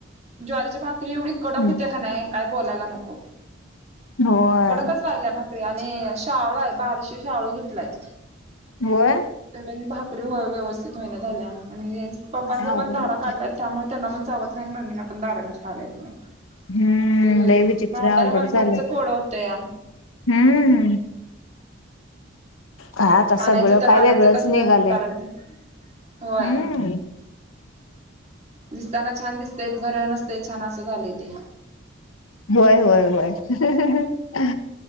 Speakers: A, on the right; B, on the left.
A: ज्वारीची भाकरी एवढी कडक
B: नाही.
A: होतिया का नाही काय? बोलायला नको
B: होय
A: कडकच व्हायल्या आणि शाळू हाय बारशीे शाळू घेतलाय,
B: होय
A: तेन आणि भा चुलीवर व्य व्यवस्थित व्हाईना झाल्या आणि पपांच्या
B: काय अवघड
A: पण दाढा
B: होतंय.
A: काढल्यात त्यामुळ त्यांना पण चावत नाही मम्मीना पण दाडनच खायला येत नाही.
B: हम्म
A: ते
B: लय विचित्र
A: म्हातऱ्या
B: अवघड
A: माणसांचं
B: झालंय
A: कोड होत या.
B: हम्म. हा आता
A: आणायचं
B: सगळं
A: तर
B: काय
A: आणायचं
B: वेगळंच
A: कसं
B: निघालंय?
A: करायचं होय
B: हम्म.
A: दिसताना छान दिसतय खर नसतय छान असं झालंय ते
B: व्हय व्हय व्हय